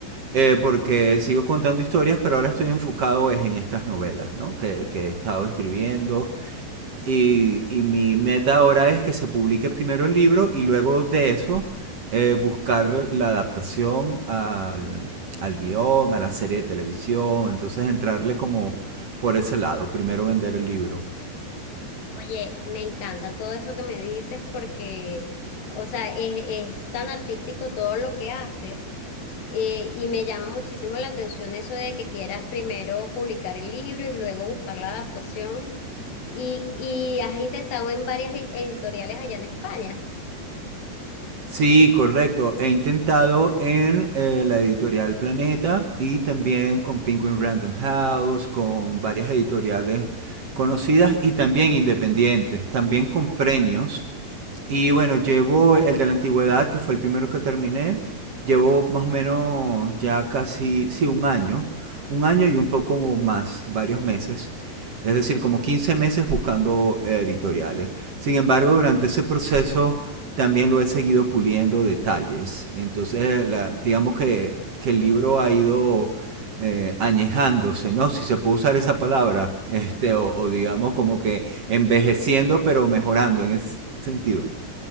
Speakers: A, on the right (about 60°); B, on the left (about 80°).
A: eh, porque sigo contando historias, pero ahora estoy enfocado es en estas novelas, ¿no? Que, que he estado escribiendo y, y mi meta ahora es que se publique primero el libro y luego de eso eh, buscar la adaptación al, al guión, a la serie de televisión. Entonces entrarle como por ese lado, primero vender el libro.
B: Oye, me encanta todo eso que me dices porque, o sea, es, es tan artístico todo lo que haces eh, y me llama muchísimo la atención eso de que quieras primero publicar el libro y luego buscar la adaptación y, y has intentado en varias e- editoriales allá en España.
A: Sí, correcto. He intentado en eh, la editorial Planeta y también con Penguin Random House, con varias editoriales conocidas y también independientes, también con premios Y bueno, llevo el de la antigüedad, que fue el primero que terminé. Llevo más o menos ya casi, sí, un año. Un año y un poco más, varios meses. Es decir, como 15 meses buscando eh, editoriales. Sin embargo, durante ese proceso también lo he seguido puliendo detalles. Entonces, la- digamos que, que el libro ha ido eh, añejándose, ¿no? Si se puede usar esa palabra, <laughs> este, o, o digamos como que envejeciendo, pero mejorando en ese sentido.